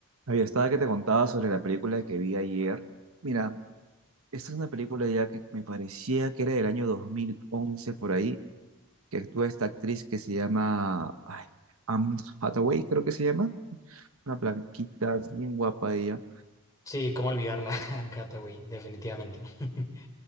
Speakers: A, on the right; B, on the left.
A: Había estaba que te contaba sobre la película que vi ayer. Mira, esta es una película ya que me parecía que era del año 2011 por ahí, que actúa esta actriz que se llama ay, Anne Hathaway, creo que se llama. Una blanquita, bien guapa ella.
B: Sí, cómo olvidarla, <laughs> Anne Hathaway, definitivamente. <laughs>